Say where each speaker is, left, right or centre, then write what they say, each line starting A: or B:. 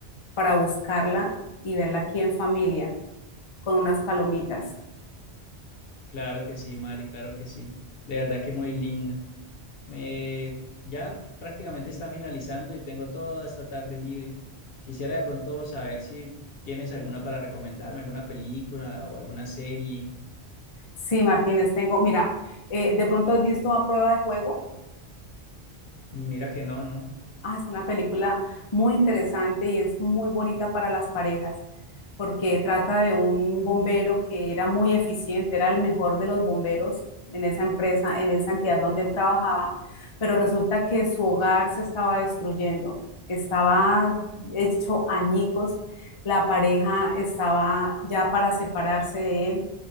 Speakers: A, on the left (about 35°); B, on the left (about 65°).
A: para buscarla y verla aquí en familia con unas palomitas.
B: Claro que sí, Mari, claro que sí. De verdad que muy linda. Me, ya prácticamente está finalizando y tengo toda esta tarde libre. Quisiera de pronto saber si tienes alguna para recomendarme, alguna película o alguna serie.
A: Sí, Martínez, tengo, mira, eh, ¿de pronto has visto A Prueba de Juego?
B: Mira que no, ¿no?
A: Ah, es una película muy interesante y es muy bonita para las parejas, porque trata de un bombero que era muy eficiente, era el mejor de los bomberos en esa empresa, en esa entidad donde él trabajaba, pero resulta que su hogar se estaba destruyendo, estaba hecho añicos, la pareja estaba ya para separarse de él